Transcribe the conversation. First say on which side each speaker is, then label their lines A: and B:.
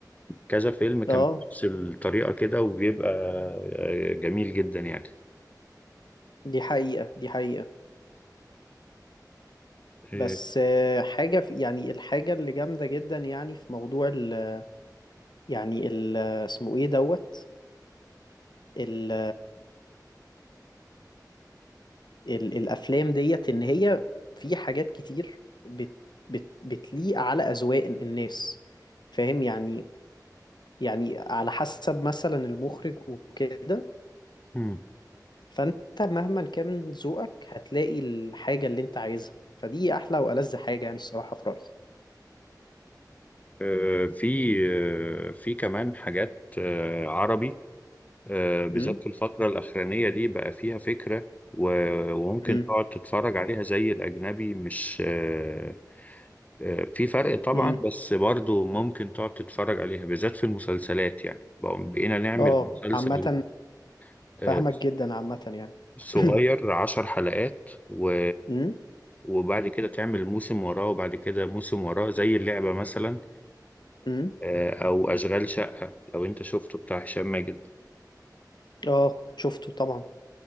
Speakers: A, on the left; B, on the left.
A: كذا فيلم كان
B: اه
A: بنفس الطريقه كده وبيبقى آه، جميل جدا يعني
B: دي حقيقة دي حقيقة
A: آه،
B: بس آه، حاجة في يعني الحاجة اللي جامدة جدا يعني في موضوع ال يعني ال اسمه ايه دوت ال ال الأفلام ديت إن هي في حاجات كتير بت بت بتليق على أذواق الناس فاهم يعني يعني على حسب مثلا المخرج وكده
A: مم.
B: فأنت مهما كان ذوقك هتلاقي الحاجة اللي أنت عايزها فدي أحلى وألذ حاجة يعني الصراحة في رأيي
A: آه، في آه، في كمان حاجات آه، عربي آه، بالذات
B: امم
A: في الفترة الأخرانية دي بقى فيها فكرة و- وممكن
B: امم
A: تقعد تتفرج عليها زي الأجنبي مش آه، آه، في فرق طبعا
B: امم
A: بس برضو ممكن تقعد تتفرج عليها بالذات في المسلسلات يعني بقوا- بقينا نعمل
B: اه
A: مسلسل
B: عامة
A: آه،
B: فاهمك جدا عامة يعني
A: صغير
B: <coughs>
A: عشر حلقات و
B: <clears throat> امم
A: وبعد كده تعمل موسم وراه وبعد كده موسم وراه زي اللعبة مثلا
B: امم
A: آه، أو أشغال شقة لو أنت شفته بتاع هشام ماجد
B: اه شفته طبعا